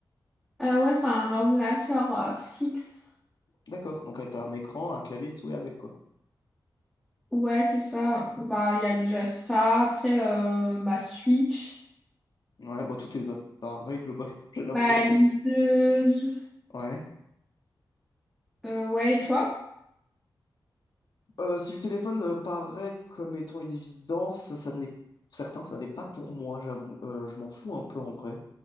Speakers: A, in the centre; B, on the left.
A: Euh, ouais, c'est un ordinateur euh, fixe.
B: D'accord. Donc euh, t'as un écran, un clavier, une souris avec quoi.
A: Ouais, c'est ça. Bah il y a déjà ça. Après euh, ma Switch,
B: Ouais, bah tous tes appareils globalement, <laughs> j'ai l'impression.
A: ma liseuse.
B: Ouais.
A: Euh, ouais, et toi?
B: Euh, si le téléphone euh, paraît comme étant une évidence, ça ne l'est certains, ça n'est pas pour moi, j'avoue. Euh, je m'en fous un peu en vrai,